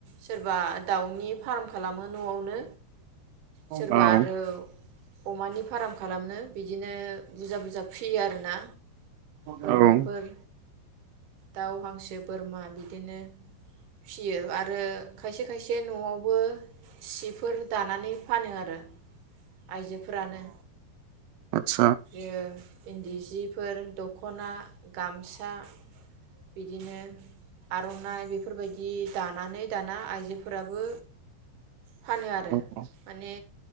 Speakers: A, on the right; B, on the right.
A: सोरबा दाउनि फाराम खालामो नवावनो सोरबा
B: औ औ
A: आरो अमानि फाराम खालामनो बिदिनो बुरजा बुरजा फि सियो आरो ना? बोरमाफोर
B: अ
A: दाउ हांसो बोरमा बिदिनो फिसियो आरो खायसे खायसे न'आवबो सिफोर दानानै फानो आरो आइजोफोरानो
B: आतसा
A: ओ इनदि जिफोर दखना गामसा बिदिनो आर'नाइ बेफोरबायदि दानानै दाना आइजोफोराबो फानो आरो
B: औ
A: माने